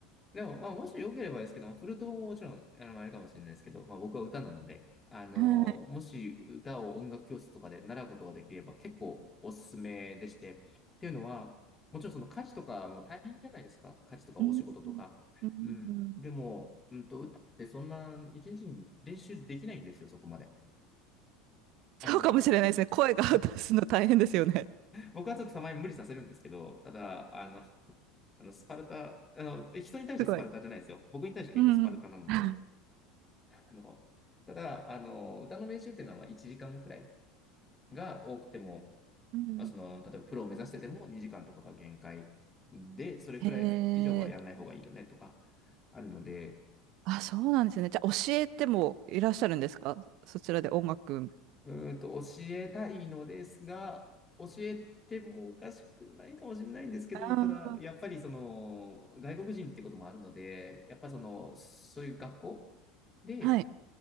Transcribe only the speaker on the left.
でも、まあ、もし良ければですけど、まあフルートももちろん、あの、あれかもしれないですけど、まあ、僕は歌なので、あの、
もし歌を音楽教室とかで習うことができれば結構おすすめでして、っていうのは、もちろんその家事とかも大変じゃないですか家事とかお仕事とか。
うん。でも、うんと、歌ってそんな一日に練習できないんですよ、そこまで。あの、
<laughs> 僕はちょっとたまに無理させるんですけど、ただ、あの、<laughs> あの、スパルタ、あの、人に対してスパルタじゃないですよ。
僕に対して結構スパルタなので、
あの、ただ、あの、歌の練習っていうのはまあ1時間くらいが多くても、
まあ、その、例えばプロを目指してても2時間とかが限界で、それくらい以上はやんない方がいいよねとか
あるので、
うんと、教えたいのですが、教えてもおかしくないかもしれないんですけど、
ただ、やっぱりその、外国人ってこともあるので、やっぱその、そういう学校で、